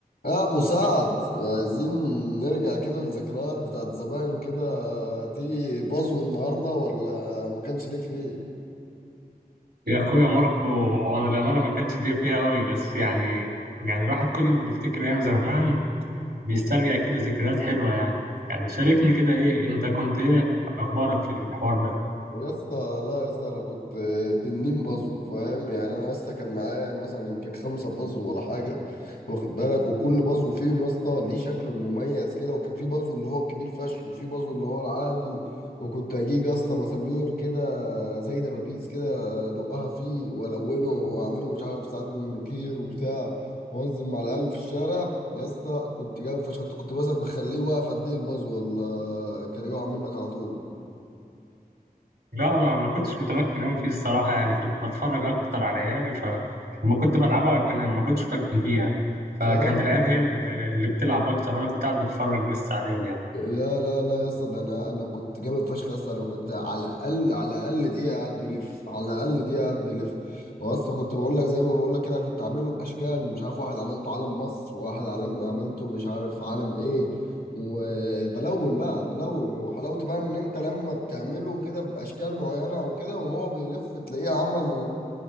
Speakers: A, on the left; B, on the right.
A: يا ابو سعد عايزين نرجع كده للذكريات بتاعت زمان كده تيجي بازو النهارده ولا ما كانش ليك فيه
B: يا اخويا ماركو وانا الامانه ما كانش ليا فيها قوي بس يعني يعني الواحد كل ما بيفتكر ايام زمان بيسترجع كده ذكريات حلوه يعني يعني شاركني كده ايه انت كنت ايه اخبارك في الحوار ده
A: يا اسطى لا يا اسطى انا كنت تنين بازو فاهم يعني انا يا اسطى كان معايا مثلا يمكن خمسه بازو ولا حاجه واخد بالك وكل بازو فيهم يا اسطى ليه شكله المميز كده وكان في بازو اللي هو الكبير فشخ وفي بازو اللي هو العادي وكنت اجيب يا اسطى مسامير كده زي دبابيس كده ادقها فيه والونه واعمله مش عارف ساعات بمونوكير وبتاع وانزل مع العيال في الشارع يا اسطى كنت جايب فشخ كنت مثلا بخليه واقف قد ايه البازو ولا كان يقع منك على طول
B: لا انا ما كنتش متمكن قوي فيه الصراحه يعني كنت بتفرج اكتر على العيال فلما كنت بلعبها كان ما كنتش متمكن فيها فكانت
A: صح؟
B: العيال هي اللي اللي بتلعب اكتر وانا كنت قاعد بتفرج بس عليهم يعني
A: لا لا لا يا اسطى ده انا انا كنت جامد فشخ يا اسطى انا كنت على الاقل على الاقل دقيقه قاعد بيلف على الاقل دقيقه قاعد بيلف هو يا اسطى كنت بقول لك زي ما بقول لك كده كنت عامله باشكال مش عارف واحد عملته علم مصر وواحد علم عملته مش عارف علم ايه وبلون بقى بلون وحلاوته بقى ان انت لما بتعمله كده باشكال معينه وكده وهو بيلف تلاقيه عمل